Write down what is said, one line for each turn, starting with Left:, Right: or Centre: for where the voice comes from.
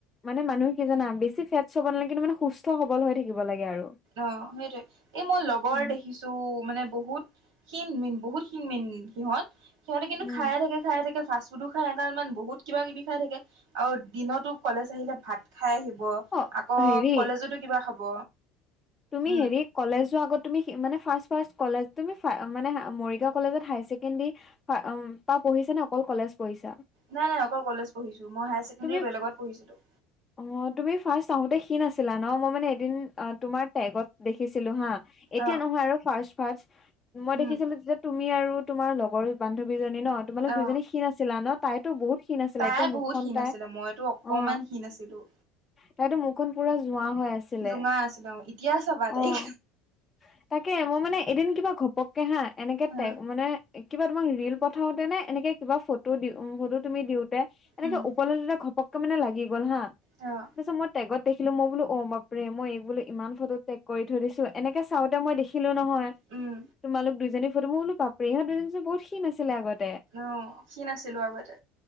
Left: মানে মানুহ কি জানা, বেছি ফেটচ হ'ব নালাগে। কিন্তু মানে সুস্থ সবল হৈ থাকিব লাগে আৰু।
Right: অ', সেইটোৱে, এই মোৰ লগৰ
Left: উম
Right: দেখি- কিছু মানে বহুত ক্ষীন মিন বহুত ক্ষীন মিন সিহঁত। সিহঁতে কিন্তু
Left: উম
Right: খায়ে থাকে, খায়ে থাকে ফাচ ফোডু খাই এগাল মান বহুত কিবা কিবি খাই থাকে আৰু দিনতো কলেজ আহিলে ভাত খাই আহিব।
Left: অ
Right: আকৌ
Left: হেৰি
Right: কলেজতো কিবা খাব।
Left: তুমি
Right: উম
Left: হেৰি, কলেজ যোৱা আগত তুমি মানে ফাৰ্ষ্ট ফাৰ্ষ্ট কলেজ, তুমি মানে মৰিগাঁও কলেজত হায়াৰ ছেকেণ্ডাৰী, হয় উম্, পা পঢ়িছা নে অকল কলেজ- পঢ়িছা
Right: নাই নাই অকল কলেজ পঢ়িছোঁ, মই হায়াৰ চেকেণ্ডেৰী
Left: তুমি
Right: বেলেগত পঢ়িছিলোঁ।
Left: অ', তুমি ফাৰ্ষ্ট আহোতে ক্ষীণ আছিলা ন, মই মানে এদিন তোমাৰ টেগত দেখিছিলোঁ হা। এতিয়া
Right: অ
Left: নহয় আৰু ফাৰ্ষ্ট ফাৰ্ষ্ট, মই
Right: উম
Left: দেখিছিলোঁ তেতিয়া। তুমি আৰু তোমাৰ লগৰ বান্ধৱীজনী ন, তোমালোক
Right: অ
Left: দুইজনী ক্ষীণ আাছিলা ন। তাইতো বহুত ক্ষীণ আছিলে,
Right: তাই
Left: একদম
Right: বহুত
Left: মুখ খন
Right: ক্ষীণ
Left: তাই
Right: আছিলে মইতো অকমান
Left: অ',
Right: ক্ষীণ আছিলোঁ।
Left: তাইতো মুখ খন পুৰা যোৱা হৈ আছিলে
Right: জোঙা আছিলো এতিয়া চাবা তাইক
Left: অ', তাকে মই মানে এদিন কিবা ঘপকে হা, এনেকে
Right: অ
Left: টেগ মানে। কিবা তোমাক ৰিল পঠাওতে নে এনেকে কিবা ফটো দি ফটো তুমি দিওতে এনেকে
Right: উম
Left: উপলব্ধিটো ঘপককে মানে লাগি গ'ল হা
Right: অ'।
Left: তাৰপিছত মই টেগত দেখিলো মই বোলো অ' বাপৰে মই এই বোলো ইমান ফটোত টেগ কৰি থৈ দিছো এনেকে চাওঁতে মই দেখিলো দেখিলো নহয়
Right: উম
Left: তোমালোক দুইজনীক ফটো, মই বোলো বাপ্ৰে ইহঁত দুজনী বহুত খিন আছিলে আগত
Right: অ' খিন আছিলো আগতে